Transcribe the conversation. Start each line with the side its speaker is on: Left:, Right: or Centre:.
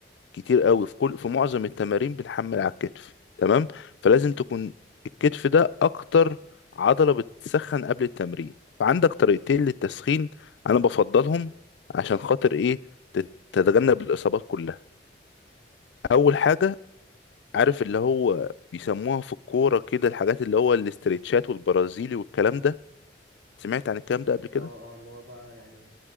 Left: كتير قوي في كل في معظم التمارين بنحمل على الكتف تمام فلازم تكون الكتف ده اكتر عضله بتسخن قبل التمرين فعندك طريقتين للتسخين انا بفضلهم عشان خاطر ايه تت- تتجنب الاصابات كلها اول حاجه عارف اللي هو بيسموها في الكوره كده الحاجات اللي هو الاسترتشات والبرازيلي والكلام ده سمعت عن الكلام ده قبل كده
Right: اه اه اللي هو بقى يعني